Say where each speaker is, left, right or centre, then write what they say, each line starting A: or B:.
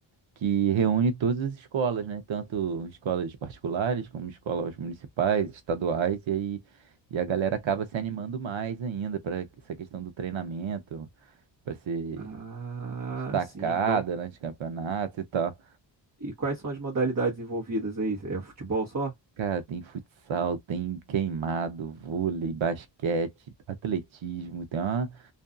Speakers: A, on the right; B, on the right.
A: que reúne todas as escolas, né? Tanto escolas particulares como escolas municipais, estaduais, e aí e a galera acaba se animando mais ainda para essa questão do treinamento, para ser
B: Ah,
A: destacada
B: sim, então.
A: durante campeonatos e tal.
B: E quais são as modalidades envolvidas aí? É futebol só?
A: Cara, tem futsal, tem queimado, vôlei, basquete, atletismo, tem uma,